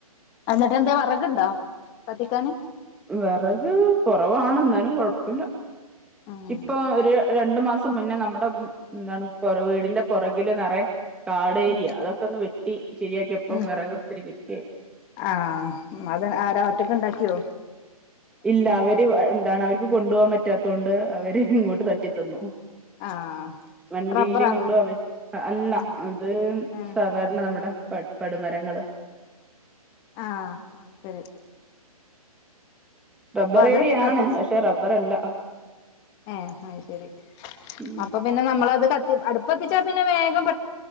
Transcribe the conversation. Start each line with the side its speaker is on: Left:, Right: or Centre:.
Left: അന്നിട്ട് എന്തേ വറക്ണ്ടോ കത്തിക്കാന്?
Centre: വെറക് കൊറവാണ് എന്നാലും കൊഴപ്പില്ല
Left: ഉം
Centre: ഇപ്പൊ ഒരു ര രണ്ടു മാസം മുന്നേ നമ്മുടെ മ് എന്താണ് പൊറക് വീടിന്റെ പൊറകില് നിറയ കാടേരിയ
Left: ഉം
Centre: അതൊക്കെ ഒന്ന് വെട്ട് ട്ടി ശരിയാക്കിയപ്പൊ
Left: ഉം
Centre: വിറക് ഒത്തിരി കിട്ടി
Left: ആഹ് അത് ആരാ ഒറ്റക്കെണ്ടാക്കിയോ?
Centre: ഇല്ല അവര് എന്താണ് അവർക്ക് കൊണ്ടുപോകാൻ പറ്റാത്ത കൊണ്ട് അവര് ഇങ്ങോട്ട് തട്ടിത്തന്നു.
Left: ആഹ്
Centre: വണ്ടിയില്
Left: റബ്ബറാന്നോ
Centre: കൊണ്ടുപോവാൻ അല്ല
Left: ആഹ്
Centre: അത്
Left: ആഹ്
Centre: സാധാരണ നമ്മുടെ പ പടുമരങ്ങള്
Left: ആഹ് അഹ് ശരി
Centre: റബ്ബർ
Left: അപ്പൊ അത്
Centre: ഏരിയാണ്
Left: കത്തിച്ച്
Centre: പക്ഷെ റബ്ബറല്ല,
Left: ഏഹ് അഹ് ശരി
Centre: ഉം
Left: അപ്പൊ പിന്നെ നമ്മളത് കത്തി അടുപ്പത്തിച്ചാ പിന്നെ വേഗം പെ